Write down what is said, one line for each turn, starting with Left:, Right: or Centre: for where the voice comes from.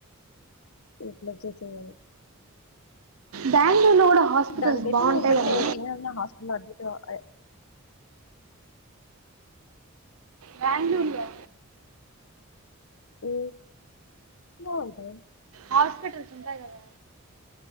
Left: ఇంటికి వచ్చేసయ్ అని.
Right: బ్యాంగుళూర్లో కూడా హాస్పిటల్స్
Left: దానికైతే
Right: బాగుంటాయి
Left: నువ్వు వెంటనే
Right: కదా
Left: ఏమనా హాస్పిటల్లో అడ్మిట్ అవ అయి
Right: బ్యాంగుళూరులో
Left: హ్ బావుంటయి.
Right: హాస్పిటల్స్ ఉంటాయి కదా.